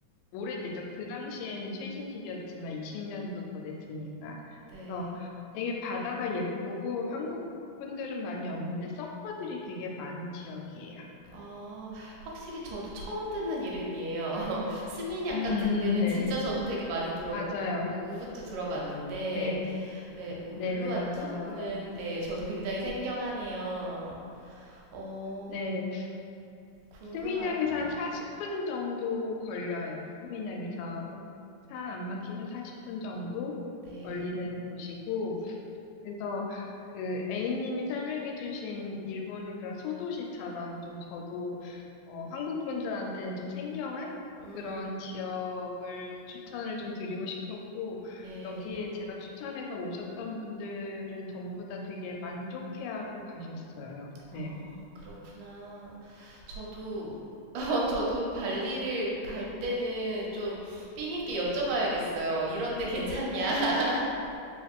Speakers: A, on the left (about 85°); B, on the right (about 80°).
A: 오래됐죠. 그 당시엔 최신식이었지만 20년도 더 됐으니까.
B: 네.
A: 그래서 되게 바다가 예쁘고 한국 분들은 많이 없는데 서퍼들이 되게 많은 지역이에요.
B: 아, 확실히 저도 처음 듣는 이름이에요. <laughs> 스미냑
A: 음,
B: 같은 데는
A: 음, 네,
B: 진짜 저도 되게 많이 들어보고,
A: 맞아요.
B: 우붓도 들어봤는데,
A: 네,
B: 예, 우-
A: 네,
B: 울루와투는,
A: 맞아요.
B: 예, 저도 굉장히 생경하네요. 어,
A: 네,
B: 궁금하다.
A: 스미냑에서 한 40분 정도 걸려요. 스미냑에서 차 안 막히면 40분 정도
B: 네.
A: 걸리는 곳이고, 그래서 그 A님이 설명해주신 일본의 그런 소도시처럼 좀 저도 어, 한국 분들한테는 좀 생경한
B: 음,
A: 그런 지역을 추천을 좀 드리고 싶었고
B: 네.
A: 여기에 제가 추천해서 오셨던 분들은 전부 다 되게 만족해하고 가셨어요.
B: 아,
A: 네.
B: 그렇구나. 저도, <laughs> 어, 저도 발리를 갈 때는 좀 삐님께 여쭤봐야겠어요. 이런데 괜찮냐? <laughs>